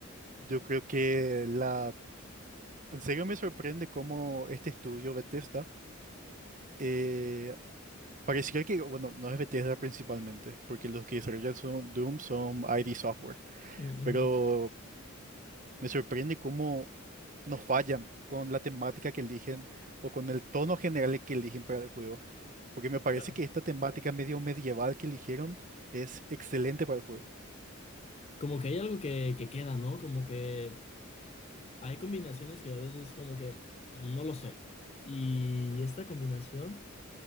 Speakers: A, on the right; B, on the left.
A: yo creo que la... En serio me sorprende cómo este estudio Bethesda eh, pareciera que, bueno, no es Bethesda principalmente, porque los que desarrollan son Doom son ID Software,
B: Mm,
A: pero
B: ujú.
A: Me sorprende cómo nos fallan con la temática que eligen o con el tono general que eligen para el juego. Porque me parece
B: Ya.
A: que esta temática medio medieval que eligieron es excelente para el juego.
B: Como que hay algo que, que queda, ¿no? Como que hay combinaciones que a veces como que no lo sé. Y esta combinación